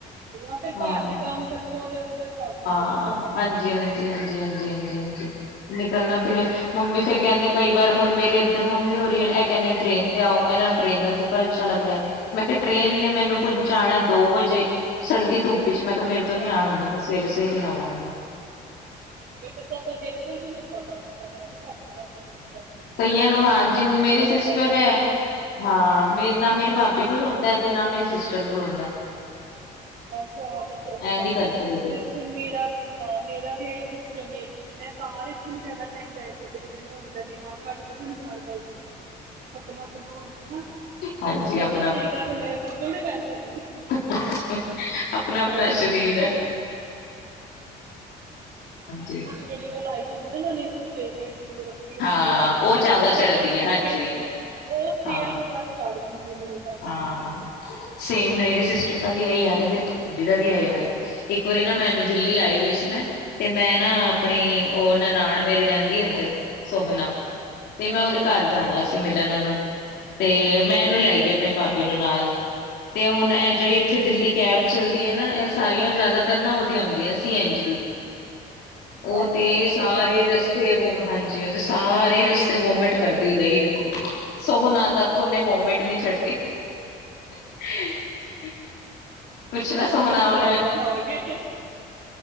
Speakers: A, on the right; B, on the left.
A: ਯਾ ਫਿਰ
B: ਹਾਂ
A: ਘਰ ਦੇ ਕੰਮ ਬੱਚੇ ਸੋ ਉਦੇ ਚ ਲੱਗ ਜਾਂਦਾ
B: ਹਾਂ,
A: ਬੰਦਾ ਘਰ
B: ਹਾਂਜੀ,
A: ਤੇ ਕੰਮਾਂ
B: ਹਾਂਜੀ,
A: ਤੋਹੀ
B: ਹਾਂਜੀ, ਹਾਂਜੀ, ਹਾਂਜੀ, ਹਾਂਜੀ। ਨਿਕਲਣਾ ਫੇਿਰ ਮੰਮੀ ਫੇਰ ਕੈਂਦੇ ਕਈ ਵਾਰ ਹੁਣ ਮੇਰੇ ਇੱਧਰ ਮੰਮੀ ਓ ਰੀ ਨ ਇਹ ਕੈਂਦੇ ਟ੍ਰਰੇਨ ਤੇ ਆਓ ਇਹਨਾਂ ਨੂੰ ਟ੍ਰੇਨ ਦਾ ਸਫ਼ਰ ਅੱਛਾ ਲੱਗਦਾ ਹੈ ਮੈਂ ਕੇਹਾ ਟ੍ਰਰੇਨ ਨੇ ਮੈਨੂੰ
A: ਅੱਛਾ
B: ਪੁੰਚਾਣਾ
A: ਅੱਛਾ
B: ਦੋ ਵਜੇ ਸੜਦੀ ਧੁੱਪ ਚ ਮੈਂ ਕਿਹਾ ਮੇਰੇ ਤੋਂ
A: ਹਾਂ
B: ਨੀ ਆਣ ਹੁੰਦਾ ਬਸ ਸਵੇਰੇ ਸਵੇਰੇ ਹੀ ਆਵਾਂਗੀ
A: ਹਾਂ, ਵੈਸੇ ਸਫ਼ਰ ਮੇਰੇ ਕੋਲ ਵੀ ਨੀ ਹੁੰਦਾ ਬੱਸ ਦਾ ਮੈਂ ਨੀ ਕਰਕੇ ਰਾੱਜੀ ਬੱਸ ਵੈਸੇ ਤੇ ਮੈਂ
B: ਕਈਆਂ
A: ਵੀ ਮਤਲਬ
B: ਨੂੰ ਹਾਂਜੀ
A: ਟੈ੍ਨ
B: ਹੁਣ
A: ਵਿੱਚ
B: ਮੇਰੀ
A: ਜਿਆਦਾ
B: ਸਿਸਟਰ
A: ਪ੍ਰੈਫਰ
B: ਹੈ।
A: ਕਰਨੀ ਆ
B: ਹਾਂ ਮੇ ਨਾ ਮੇਰੀ
A: ਹਾਂਜੀ
B: ਭਾਬੀ ਕੋਲ ਹੋਂਦਾ ਤੇ ਨਾ ਮੇਰੀ ਸਿਸਟਰ ਕੋਲ ਹੋਂਦਾ
A: ਬਸ ਆਦਤ ਹੈ ਹਾਂ
B: ਨੀ ਕਰ ਸਕਦੇ
A: ਬਿਲਕੁਲ ਮੇਰਾ ਵੀ ਹਾਂ ਮੇਰਾ ਵੀ ਇਹੀ ਸਿਸਟਮ ਹੈ ਮੈਂ ਕਾਰ ਵਿਚ ਵੀ ਨ ਜਾਦਾ ਟੈਮ ਬੈ ਸਕਦੀ ਮੈਨੂੰ ਹੁੰਦਾ ਹਾਂ ਕਢ ਦੋ ਮੈਨੂੰ ਬਾਰ ਬਸ ਬਸ ਆਪਣਾ ਆਪਣਾ ਓ ਹੁੰਦਾ ਹੈਣਾ
B: ਹਾਂਜੀ
A: ਹਾਂ
B: ਆਪਣਾ
A: ਸਹੀ ਗੱਲ ਮੈਂ ਬਿਲਕੁਲ ਨੀ ਬੈ ਸਕਦੀ
B: ਹ <inaudible> ਆਪਣਾ -ਆਪਣਾ
A: ਹੋਰ
B: ਸਰੀਰ ਹੈ ਹਾਂਜੀ
A: ਜੇੜੀ ਉਹ ਲਾਈ ਹੁੰਦੀ ਨਾ ਉਹਨਾਂ ਨੇ ਫੇਗਰਸ ਲਾਈ ਹੁੰਦੀ
B: ਹਾਂ
A: ਓਹਨਾਂ ਨੇ
B: ਜ਼ਿਆਦਾ
A: ਉਹ ਚੜ੍ਹਦੀ
B: ਹੈ
A: ਉਹ
B: ਹਾਂਜੀ
A: ਸਿਰ ਉਹ ਸਿਰ
B: ਹਾਂ
A: ਨੂੰ ਬਸ ਚੜ੍ਹਦੀ ਹੈ ਮੇਰੇ ਤਾਂ
B: ਹਾਂ ਸੇਮ ਮੇਰੇ ਸਿਸਟਰ ਦਾ ਵੀ ਆਹੀ ਹਾਲ ਹੈ ਮੇਰੀ ਭਾਬੀ ਦਾ ਵੀ ਆਈ ਹਾਲ
A: ਹਾਂ
B: ਹੈ ਇੱਕ ਵਾਰੀ ਨਾ ਮੈਂ ਮੈ ਦਿੱਲੀ
A: ਬਿਲਕੁਲ
B: ਆਈ
A: ਨਹੀਂ
B: ਹੋਈ
A: ਬਹਿ
B: ਸੀ ਮੈਂ
A: ਸਕਦੇ
B: ਤੇ ਮੈਂ ਨਾ ਆਪਣੀ
A: ਅੱਛਾ
B: ਉਹ ਨਨਾਣ ਮੇਰੀ ਰੈਂਦੀ ਇੱਧਰ ਸੋਹਨਾ
A: ਅੱਛਾ
B: ਤੇ ਮੈਂ
A: ਅੱਛਾ
B: ਉਹਦੇ
A: ਅੱਛਾ
B: ਘਰ ਜਾਣਾ ਸੀ ਮਿਲਣ ਉਹਨੂੰ ਤੇ ਮੈਂ ਇਹਨੂੰ ਲੈ
A: ਅੱਛਾ ਅੱਛਾ
B: ਗਈ ਆਪਣੀ ਭਾਬੀ ਨੂੰ ਨਾਲ ਤੇ ਹੁਣ ਇਹ ਜੇੜੀ ਇੱਥੇ ਦਿੱਲੀ ਕੈਬ ਚੱਲਦੀ ਹੈ ਨਾ ਇਹ ਸਾਰੀਆਂ ਜ਼ਿਆਦਾਤਰ ਨਾ ਉਹਦੀਆਂ ਹੁੰਦੀਆਂ ਸੀ ਐਨ ਜੀ
A: <inaudible>
B: ਉਹ ਤੇ
A: ਹਾਂ ਉੱਧਰ
B: ਸਾਰੇ
A: ਐਵੇਂ ਹੀ ਹੁੰਦਾ
B: ਰਸਤੇ
A: ਹੈ।
B: ਵ ਹਾਂਜੀ ਉਹ ਤੇ ਸਾਰੇ ਰਸਤੇ ਵੋਮਿਟ
A: ਹਾਏ ਹਾਏ
B: ਕਰਦੀ ਗਈ ਉਥੇ ਸੋਹਨਾ ਤੱਕ ਉਹਨੇ ਵੋਮਿਟ ਨਹੀਂ ਛੱਡ <inaudible> ਕੁਛ
A: ਪਛਤਾਉਂਦੀ
B: ਨਾ ਸੋਹਣਾ
A: ਹੋਣੀ
B: ਔਰ
A: ਤੁਹਾਡੇ ਨਾਲ ਆ ਕੇ